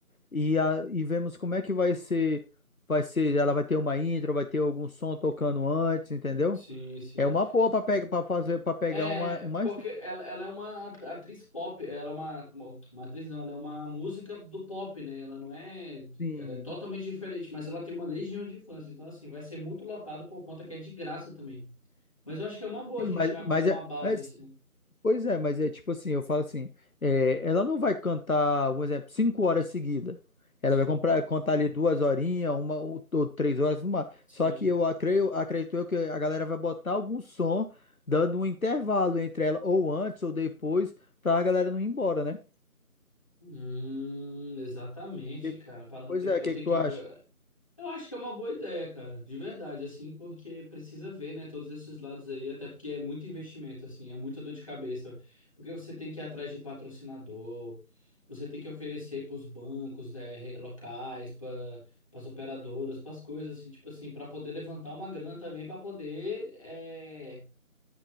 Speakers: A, on the left; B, on the left.
A: e, a, e vemos como é que vai ser, vai ser, ela vai ter uma intro, vai ter algum som tocando antes, entendeu?
B: sim, sim.
A: É uma boa pra pegar, para fazer, para pegar
B: É,
A: uma, uma,
B: porque ela, ela é uma at- atriz pop, ela é uma, uma, uma atriz não, ela é uma música do pop, né? Ela não é,
A: sim,
B: ela é totalmente diferente, mas ela tem uma legião de fãs, então assim, vai ser muito lotado por conta que é de graça também. Mas eu acho que é uma boa a
A: sim,
B: gente
A: mas,
B: tirar
A: mas
B: como uma
A: é,
B: base,
A: é
B: assim.
A: Pois é, mas é tipo assim, eu falo assim, é, ela não vai cantar, um exemplo, cinco horas seguidas. Ela
B: Sim,
A: vai comprar, contar ali duas horinhas, uma ou, ou três horas, uma.
B: sim.
A: Só que eu acreio, acredito eu que a galera vai botar algum som, dando um intervalo entre ela, ou antes ou depois, pra galera não ir embora, né?
B: Hum, exatamente,
A: Que-
B: cara. Parando,
A: Pois
B: tem
A: é,
B: que, eu
A: o que
B: tenho
A: que tu
B: que.
A: acha?
B: Eu acho que é uma boa ideia, cara, de verdade, assim, porque precisa ver, né, todos esses lados aí, até porque é muito investimento, assim, é muita dor de cabeça, porque você tem que ir atrás de patrocinador, você tem que oferecer para os bancos, né, re- locais, para as operadoras, para as coisas, assim, tipo assim, para poder levantar uma grana também, para poder eh,